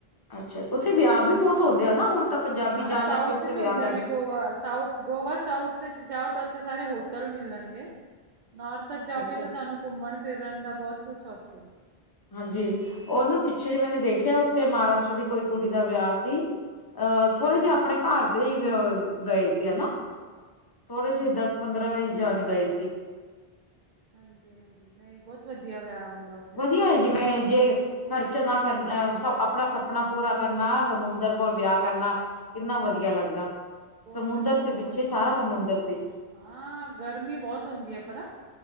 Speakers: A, on the left; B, on the right.
A: ਅੱਛਾ ਉੱਥੇ ਵਿਆਹ ਵੀ ਬਹੁਤ ਹੁੰਦੇ ਆ ਨਾ ਹੁਣ ਤਾਂ। ਪੰਜਾਬੀ
B: ਹਾਂ
A: ਜਾ
B: ਸਾਊਥ
A: ਜਾ ਕੇ ਉੱਥੇ
B: ਚ
A: ਵਿਆਹ
B: ਹੁੰਦੇ
A: ਕਰਦੇ
B: ਨੇ ਗੋਆ, ਸਾਊਥ। ਗੋਆ ਸਾਊਥ ਚ ਜਾਓ ਤਾਂ ਉੱਥੇ ਸਾਰੇ ਹੋਟਲ ਮਿਲਣਗੇ, ਨੌਰਥ। ਜਾਓਗੇ
A: ਅੱਛਾ
B: ਤਾਂ
A: ਅੱਛਾ
B: ਤੁਹਾਨੂੰ ਘੁੰਮਣ ਫਿਰਨ ਦਾ ਬਹੁਤ ਕੁੱਛ ਉੱਥੇ।
A: ਹਾਂਜੀ ਉ ਨਾ ਪਿੱਛੇ ਜੇ ਮੈਨੇ ਦੇਖਿਆ ਉੱਥੇ ਮਹਾਰਾਸ਼ਟਰ ਦੀ ਕੋਈ ਕੁੜੀ ਦਾ ਵਿਆਹ ਸੀ। ਅਹ ਥੋੜੇ
B: ਹਾਂਜੀ।
A: ਜਿਹੇ ਆਪਣੇ ਘਰ ਦੇ ਹੀ ਗਏ ਸੀ ਹਨਾ, ਥੋੜੇ
B: ਹਾਂਜੀ,
A: ਜਿਹੇ ਦਸ- ਪੰਦਰਾਂ। ਜਾਨ ਗਏ ਸੀ।
B: ਹਾਂਜੀ- ਹਾਂਜੀ ਨਹੀਂ ਬੋਤ ਵਧੀਆ ਵਿਆਹ ਹੁੰਦਾ। ਉੱਥੇ
A: ਵਧੀਆ ਜਿਵੇਂ ਜੇ ਖਰਚੇ
B: ਬਹੁਤ ਵਧੀਆ।
A: ਨਾ ਕਰਨੈ ਆਪਣਾ ਸ- ਆਪਣਾ ਪੂਰਾ ਕਰਨਾ ਸਮੁੰਦਰ ਕੋਲ ਵਿਆਹ ਕਰਨਾ ਕਿੰਨਾ ਵਧੀਆ ਲੱਗਦਾ।
B: ਬੋਤ
A: ਸਮੁੰਦਰ
B: ਵਧੀਆ
A: ਸੀ
B: ਬੋਤ
A: ਪਿੱਛੇ ਸਾਰਾ ਸਮੁੰਦਰ ਸੀ
B: ਹਾਂ ਗਰਮੀ ਬਹੁਤ ਹੁੰਦੀ ਹੈ ਪਤਾ।